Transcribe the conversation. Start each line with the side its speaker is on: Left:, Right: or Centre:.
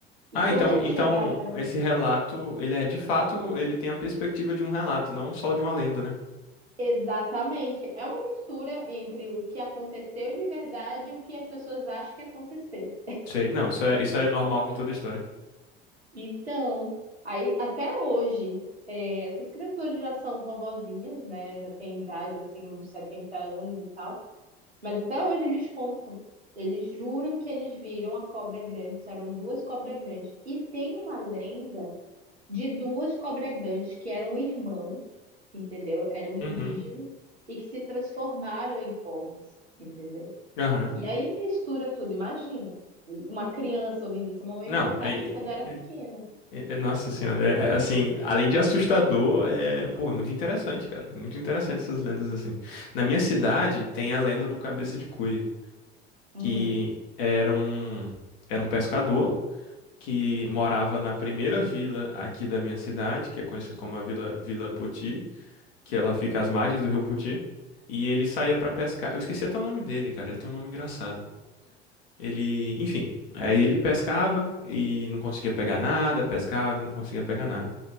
Right: E
Left: Ah,
Right: quando
Left: então,
Right: eles
Left: então
Right: chegaram
Left: esse relato, ele é de fato, ele tem a perspectiva de um relato, não só de uma lenda, né?
Right: Exatamente. É uma mistura entre o que aconteceu de verdade e o que as pessoas acham que aconteceu.
Left: Sei. Não, isso é, isso é normal com toda a história.
Right: Então, aí até hoje, é, essas crianças hoje já são vovozinhas, né? Já têm idade, assim, uns 70 anos e tal. Mas até hoje eles contam. Eles juram que eles viram a cobra grande, isso eram duas cobras grandes. E tem uma lenda de duas cobras grandes que eram irmãos, entendeu? Eram indígenas
Left: Uhum.
Right: e que se transformaram em cobras. Entendeu?
Left: Aham.
Right: E aí mistura tudo, imagina. E Uma criança ouvindo isso. A mamãe
Left: Não,
Right: me contava
Left: é,
Right: isso quando eu era pequena.
Left: é- é- é- nossa senhora, é- é, assim, além de assustador, é, pô, é muito interessante, cara. É muito interessante essas lendas assim. Na minha cidade tem a lenda do Cabeça de Cuia,
Right: Hum,
Left: que era um era um pescador que morava na primeira vila aqui da minha cidade, que é conhecido como a Vila Vila Poti, que ela fica às margens do Rio Poti, e ele saía pra pescar. Eu esqueci até o nome dele, cara, ele tem um nome engraçado. Ele, enfim, aí ele pescava e não conseguia pegar nada, pescava e não conseguia pegar nada.